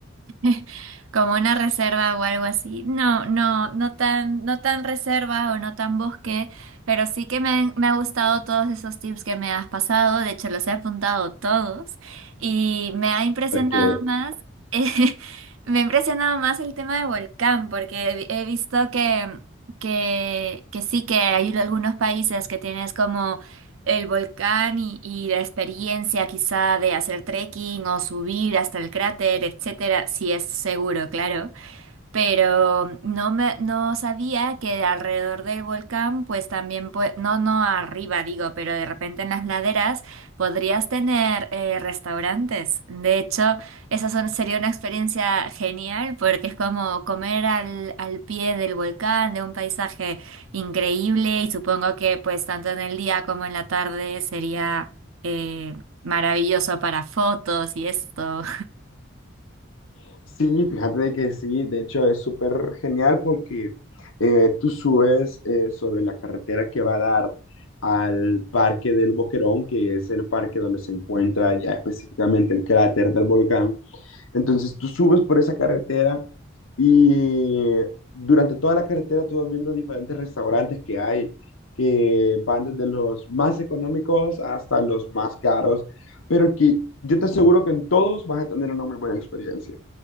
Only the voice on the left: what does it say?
Ok,
<laughs> sí, fíjate de que sí, de hecho es súper genial porque eh, tú subes eh, sobre la carretera que va a dar al Parque del Boquerón, que es el parque donde se encuentra ya específicamente el cráter del volcán. Entonces tú subes por esa carretera Y durante toda la carretera tú vas viendo diferentes restaurantes que hay, que van desde los más económicos hasta los más caros, pero que yo te aseguro que en todos vas a tener una muy buena experiencia,